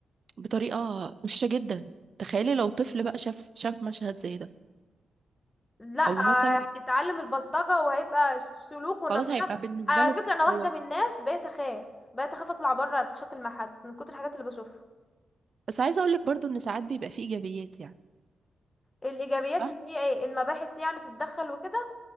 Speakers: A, on the right; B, on the left.
A: بطريقة وحشة جدا تخيلي لو طفل بقى شاف شاف مشهد زي ده
B: لا
A: او
B: آه،
A: مثلا
B: هيتعلم البلطجة وهيبقى سلوكه نفسه
A: خلاص هيبقى بالنسبة
B: أنا على
A: له
B: فكرة أنا واحدة
A: هو
B: من الناس بقيت أخاف بقيت أخاف أطلع بره أتشكل مع حد من كتر الحاجات اللي بشوفها
A: بس عايزة اقول لك برضو ان ساعات بيبقى فيه ايجابيات يعني
B: الإيجابيات
A: صح
B: اللي هي إيه المباحث يعني تتدخل وكده